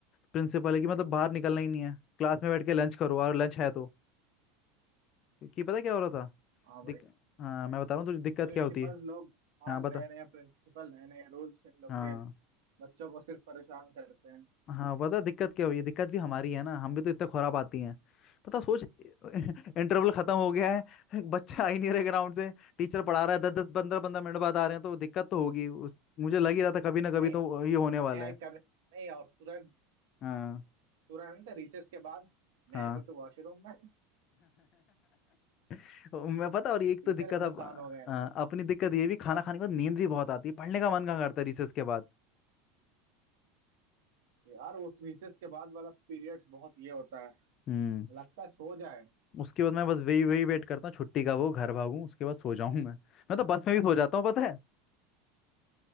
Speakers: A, on the left; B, on the right.
A: प्रिंसिपल है कि मतलब बाहर निकलना ही नहीं है क्लास में बैठ के लंच करो और लंच है तो क्योंकि पता क्या हो रहा था
B: हाँ भाई
A: दिक... हाँ मैं बता रहा हूँ तुझे दिक्कत
B: प्रिंसिपल्स
A: क्या होती है
B: लोग
A: हाँ
B: आज
A: बता
B: नए नए प्रिंसिपल नए नए रूल्स इन लोग
A: हाँ
B: के बच्चों को सिर्फ परेशान करते हैं
A: हाँ पता है दिक्कत क्या हुई है दिक्कत भी हमारी है ना हम भी तो इतने खुराब आती हैं पता सोच <laughs> इंटरवल खत्म हो गया है बच्चा आ ही नहीं रहे ग्राउंड से टीचर पढ़ा रहा है दस दस पंद्रह पंद्रह मिनट बाद आ रहे हैं तो दिक्कत तो होगी उस मुझे लग ही रहा था कभी ना कभी
B: नहीं
A: तो ये होने
B: मैं
A: वाला
B: आई
A: है
B: कम नहीं और तुरंत
A: हाँ
B: तुरंत रिसेस के बाद मैं
A: हाँ
B: आई गो टू वॉशरूम में
A: <laughs> मैं पता और एक
B: टीचर
A: तो दिक्कत
B: परेशान
A: अब
B: हो गए हैं
A: अ, अपनी दिक्कत ये भी खाना खाने के बाद नींद भी बहुत आती है पढ़ने का मन कहाँ करता है रिसेस के बाद
B: यार वो रिसेस के बाद वाला पीरियड्स बहुत ये होता है
A: हम्म
B: लगता है सो जाए
A: उसके बाद मैं बस वही वही वेट करता हूँ छुट्टी का वो घर भागूं उसके बाद सो जाऊं मैं मैं तो बस में भी सो जाता हूँ पता है